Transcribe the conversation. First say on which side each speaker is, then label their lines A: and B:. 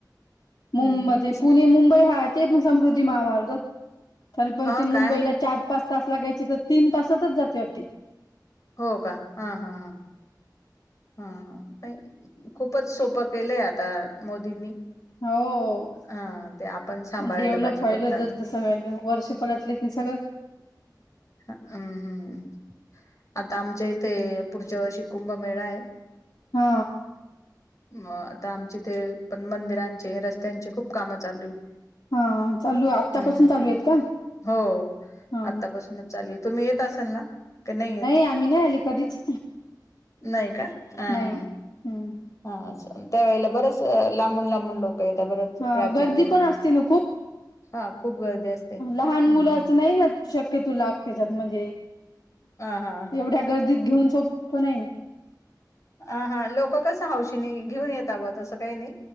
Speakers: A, on the left; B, on the left.
A: मुं
B: हम्म हम्म.
A: मध्ये पुणे मुंबई वाहते समृद्धी महामार्ग तर पण
B: अ
A: ती
B: काय
A: मुंबईला चार पाच तास लागायची तर तीन तासातच जाते वाट
B: हो का, हा हा, हा पण खूप खूपच सोपं केलंय आता मोदींनी.
A: हो,
B: हा ते आपण सांभाळायला
A: डेव्हलप
B: पाहिजे
A: व्हायलं
B: फक्तात
A: ज जस वहिलं वर्षपलटली. ते सगळं
B: ह हम्म हम्म. आता आमच्या इथे पुढच्या वर्षी कुंभमेळा आहे.
A: हा.
B: म आता आमचे ते पण मंदिरांचे रस्त्यांचे खूप काम चालू आहे.
A: हा चालू आत्तापासून
B: हम् हम्,
A: चालू आहेत का
B: हो.
A: हा
B: आत्तापासूनच चालू तुम्ही येत असाल ना, क नाही येत.
A: आम्ही नाही आले कधीच
B: नाही का, हा
A: नाही
B: हा,
A: हम्म
B: हा अस त्यावेेळेला बरच लांबून लांबून लोक येतात बरच
A: हा
B: राज्यातून
A: गर्दी पण असते ना खूप.
B: हा खूप गर्दी असते हम्म
A: लहान मुलाच
B: हम्म
A: नाही ना शक्यतो लाग त्याच्या मध्ये.
B: हा हा
A: एवढ्या गर्दीत घेऊन सोप पण नाही ना.
B: हा हा लोक कसं हौशीने घेऊन येत ब तसं काही नाही.